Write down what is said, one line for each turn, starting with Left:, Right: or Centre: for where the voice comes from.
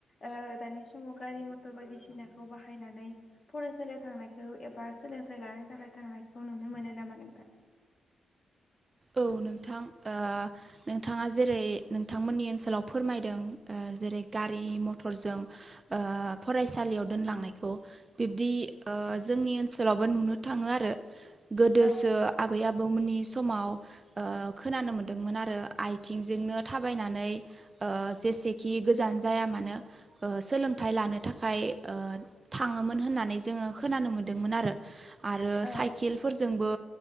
Left: ओ दानि समाव गा रि मथर बायदिसिनाखौ बाहायनानै फरायसालियाव थांनायखौ एबा सोलोंथायाइ लानो थाखाय थांनाय खौ नुनो मोनो नामा नोंथां?
Right: औ नोंथां ओ नोंथाङा जेरै नोंथांमोननि ओनसोलाव फोरमायदों जेरै गारि म टरजों ओ फरायसालियाव दोनलांनायखौ बिब्दि जोंनि ओनसोलाव माबा नुनो थाङो आरो गोदोसो
Left: औ
Right: आबै आबौमोननि समाव ओ खोनानो मोनदोंमोन आरो आथिंजोंनो थाबायनानै जेसेखि गोजान जाया मानो ओ सोलोंथाइ लानो थाखाय ओ थाङोमोन होननानै जोङो खोनानो मोन्दोंमोन आरो आरो
Left: औ
Right: साइकेलफोरजोंबो